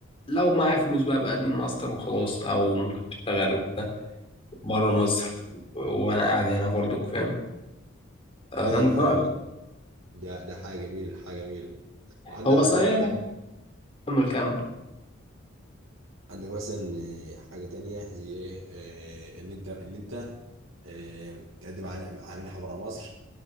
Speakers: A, on the left; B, on the right.
A: لو معايا فلوس بقى بقدم ماستر وخلاص او ممكن اشتغل وكده بره مصر و- وانا قاعد هنا برضك فاهم آه
B: فاهم
A: انت
B: فاهم
A: رايك
B: يا أخي.
A: إيه؟
B: ده ده حاجه جميله حاجه جميله وعندك
A: هو
B: عن-
A: صحيح
B: عندك
A: كمل كمل
B: عندك مثلا آه، حاجه تانية زي ايه آه، اللي انت اللي انت آه، تقدم على على منحه بره مصر